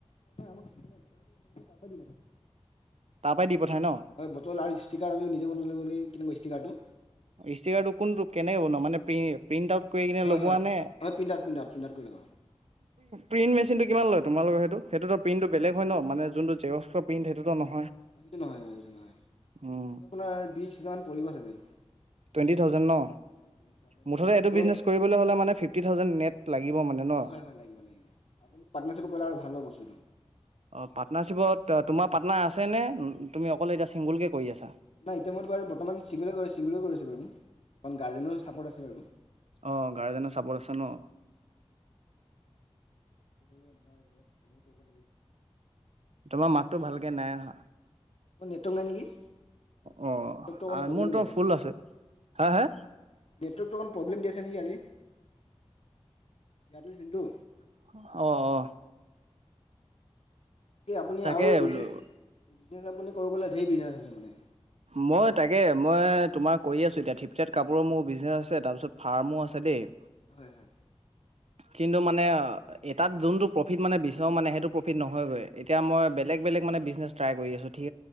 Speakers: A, on the left (about 70°); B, on the right (about 80°).
A: অ নাই আমাক নাই বৰ আাবাদী কৰা
B: তাৰ পৰাই দি পঠাই ন?
A: হয় বটল আৰু ষ্টিকাৰ আমি নিজে বন কেনেকা ষ্টিকাৰটো
B: ষ্টিকাৰটো কোনটো কেনেকৈ বন মানে প্ৰ প্ৰিণ্ট আউট কৰি কিনে
A: হয়
B: লগোৱা
A: হয়
B: নে
A: হয় print out print out print out কৰি লগাওঁ
B: প্ৰিণ্ মেচিনটো কিমান লয় তোমালোকৰ সেইটোইটোতো প্ৰিণ্টো বেলেগ হয় ন মানে যোনটো জেকস্ প্ৰণ্ট সটো নয়
A: সেইটো নহয় নহয় সেইটো নহয়
B: উম,
A: এইটো আপোনাৰ বিশ হেজামান পৰিব চাগৈ
B: টুৱেণ্ট থাউেণ্ ন
A: হয় টুৱেণ্টি থাউজেণ্ড
B: মুঠতে
A: তাতকৈ
B: এইটো
A: ওপৰ
B: বিজনেচ কৰিবলৈ হলে মানে ফিফটি থাউজেণ্ড নেট লাগিব মানে ন
A: হয় হয় লাগিব লাগিব আপুনি পাটৰ্নাৰশ্বিপে কৰিলে আৰু ভাল হ বস্তুতটো
B: অ পাৰ্টনাৰশ্বিপত তোমাৰ পাৰ্টনাৰ আছেনে তুমি অকলে এতিয়া চিংগলকে কৰি আছা
A: নাই এতিয়া মইতো বাৰু বৰ্তমান চিংগুল চিংগুল কৰিছো বাৰু গাৰ্জেনৰো চাপৰ্ট আছে বাৰু
B: অ গাৰ্জেনে চাপত আছে ন
A: সেইটো কৰি আপোনাৰ ধৰক এনেই কৰিব লাগিব
B: তোমাৰ মাততো ভালকে নাই আহা
A: অ নেটৱৰ্ক নাই নেকি নেটৰ্
B: অ' অ
A: নেটৱৰ্কটো অকণ প্ৰব্লেম
B: মোৰতো
A: দি আছে
B: ফুল
A: মানে নেটৱৰ্কতটো
B: হা হা?
A: অকণ প্ৰব্লেম দি আছে নেকি আজি এয়াৰটেল চিম টো
B: আহ আহ
A: আপুনি
B: তাকে
A: আৰু বিজনেছ
B: বোলো
A: কৰো কলে ধেই বিজনেছ আছে মানে
B: মই তাকে মই তোমাৰ কৰি আছো এতিয়া থিপথেট কাপোৰৰ মোৰ বিজনেছ আছে তাৰপিছত ফাৰ্মো আছে দেই
A: হয় হয়
B: কিন্তু মানে এটাত যোনতটো প্ৰফিট মানে বিচাৰো মানে সেইটো প্ৰফিট নহয়গৈ এতিয়া মই বেলেগ বেলেগ মে ম বিজনেছ ট্ৰাই কৰি আছো